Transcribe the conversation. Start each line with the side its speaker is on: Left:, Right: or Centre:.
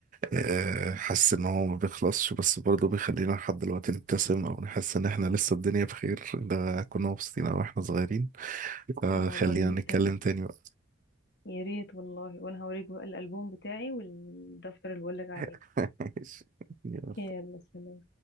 Right: آه، حاسس ان هو ما بيخلصش بس برضه بيخلينا لحد دلوقتي نبتسم او نحس ان احنا لسه الدنيا بخير ده كنا مبسوطين او احنا صغيرين فخلينا
Left: اه والله جدا
Right: نتكلم تاني بقى
Left: يا ريت والله وانا هوريك بقى الالبوم بتاعي والدفتر اللي بقولك عليه ده
Right: <laughs> ماشي. يلا.
Left: يلا سلام